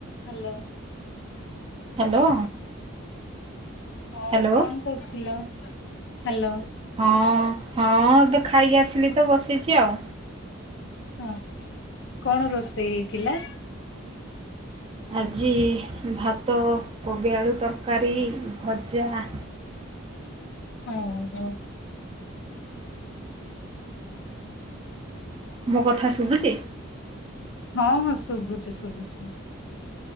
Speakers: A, on the left (about 60°); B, on the right (about 30°).
A: Hello.
B: Hello.
A: ହଁ
B: hello
A: କଣ କରୁଥିଲ, ହ୍ୟାଲୋ।
B: ହଁ ହଁ ଏବେ ଖାଇକି ଆସିଲି ତ ବସିଛି ଆଉ।
A: ଆଚ୍ଛା କଣ ରୋଷେଇ ହେଇଥିଲା
B: ଆଜି ଭାତ, କୋବି ଆଳୁ ତରକାରୀ, ଭଜା,
A: ହଉ ହଉ।
B: ମୋ କଥା ଶୁଭୁଛି
A: ହଁ ହଁ ଶୁଭୁଛି ଶୁଭୁଛି।